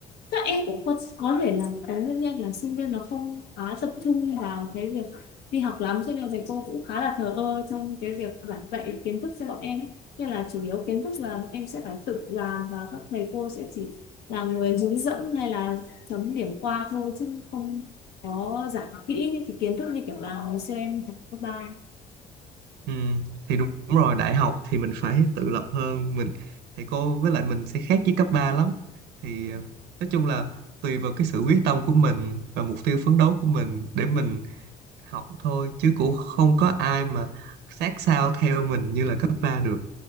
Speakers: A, on the left; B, on the right.
A: các em cũng có, có thể là cái nguyên nhân là sinh viên nó không quá tập trung vào cái việc đi học lắm cho nên là thầy cô cũng khá là thờ ơ trong cái việc giảng dạy kiến thức cho bọn em ấy. Nên là chủ yếu kiến thức là bọn em sẽ phải tự làm và các thầy cô sẽ chỉ là người hướng dẫn hay là chấm điểm qua thôi chứ không có giảng kỹ những cái kiến thức như kiểu là ngày xưa em học cấp ba
B: ừ, thì đúng rồi đại học thì mình phải tự lập hơn mình thầy cô với lại mình sẽ khác với cấp 3 lắm thì ờ, nói chung là tùy vào cái sự quyết tâm của mình và mục tiêu phấn đấu của mình để mình học thôi chứ cũng không có ai mà sát sao theo mình như là cấp 3 được